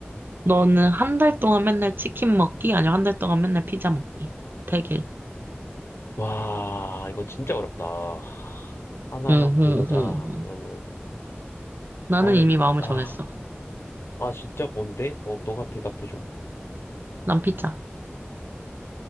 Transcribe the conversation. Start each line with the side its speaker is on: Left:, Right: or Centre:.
Right: 너는 한 달 동안 맨날 치킨 먹기? 아니면 한 달 동안 맨날 피자 먹기? 되길.
Left: 와, 이거 진짜 어렵다. 하나만
Right: 응.
Left: 고르자면은,
Right: 응. 응. 나는
Left: 나는,
Right: 이미 마음을
Left: 아,
Right: 정했어.
Left: 아, 진짜 뭔데? 뭐, 너가 대답해줘.
Right: 난 피자.